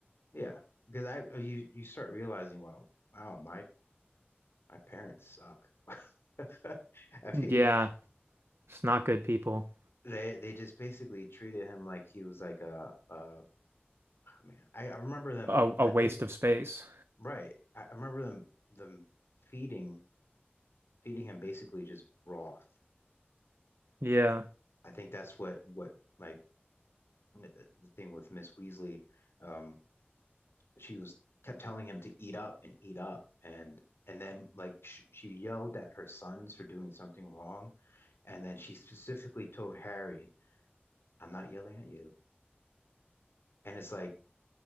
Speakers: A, on the left; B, on the right.
A: Yeah. Because I uh, you you start realizing, wow, wow, my my parents suck. <laughs> I
B: Yeah.
A: mean,
B: It's not good people.
A: they they just basically treated him like he was like a uh man. I, I remember them.
B: A, a
A: I
B: waste
A: think
B: of space.
A: right. I I remember them them feeding feeding him basically just broth.
B: Yeah.
A: I think that's what what like the thing with Miss Weasley, um, she was kept telling him to eat up and eat up, and and then like sh she yelled at her sons for doing something wrong, and then she specifically told Harry, "I'm not yelling at you." And it's like